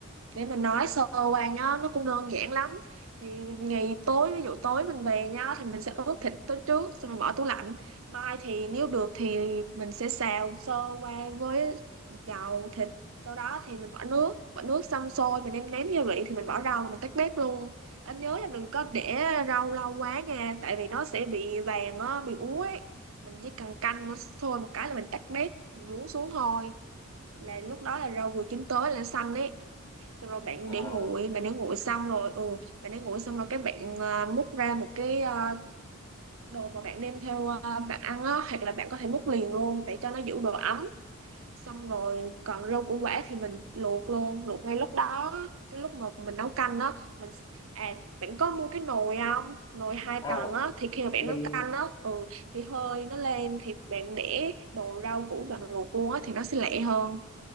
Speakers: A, on the right; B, on the left.
A: để mình nói sơ qua nhá nó cũng đơn giản lắm thì ngày tối ví dụ tối mình về nhá thì mình sẽ ướp thịt tối trước xong rồi bỏ tủ lạnh mai thì nếu được thì mình sẽ xào sơ qua với dầu thịt sau đó thì mình bỏ nước bỏ nước xong sôi mình nêm nếm gia vị thì mình bỏ rau mình tắt bếp luôn anh nhớ là đừng có để rau lâu quá nha tại vì nó sẽ bị vàng á bị úa ấy mình chỉ cần canh nó sôi một cái là mình tắt bếp mình nhúng xuống thôi là lúc đó là rau vừa chín tới là xanh ấy xong rồi bạn
B: à
A: để nguội bạn để nguội xong rồi ừ bạn để nguội xong rồi các bạn à, múc ra một cái à, đồ mà bạn đem theo à, bạn ăn á hoặc là bạn có thể múc liền luôn để cho nó giữ độ ấm xong rồi còn rau củ quả thì mình luộc luôn luộc ngay lúc đó cái lúc mà mình nấu canh á mình à bạn có mua cái nồi không nồi hai
B: à
A: tầng á thì khi mà bạn
B: mình
A: nấu canh á ừ thì hơi nó lên thì bạn để đồ rau củ bạn luộc luôn á thì nó sẽ lẹ hơn